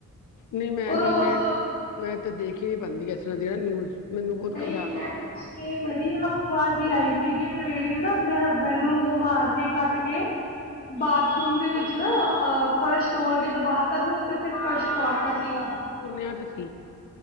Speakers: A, on the left; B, on the left.
A: ਨਈ ਮੈਂ
B: ਉਹ
A: ਨੀ
B: ਰੋਜ਼
A: ਮੈਂ, ਮੈਂ ਤਾਂ ਦੇਖੀਓ ਈ ਪਾਂਦੀ ਇਸ ਤਰਾਂ ਦੀ ਨਾ ਨਿਊਜ਼ ਮੈਨੂੰ ਬਹੁਤ
B: ਨਈ
A: ਘਬਰਾਹਟ
B: ਐ ਪਿ ਛੇ ਬੜੀ ਅਫਵਾ ਜੀ ਆਈ ਸੀਗੀ ਇੱਕ ਲੇਡੀ ਨੇ ਨਾ ਆਪਣੇ ਹਸਬੈਂਡ ਨੂੰ ਮਾਰ ਕੇ, ਕੱਟ ਕੇ ਬਾਥਰੂਮ ਦੇ ਵਿੱਚ ਨਾ ਅ ਫਰਸ਼ ਤੋੜ ਕੇ ਦਬਾ ਤਾਂ ਫਿਰ ਉ ਤੇ ਫਿਰ ਫਰਸ਼ ਪੁਆਤਾ ਸੀਗਾ।
A: ਸੁਨਿਆ ਤਾਂ ਸੀ,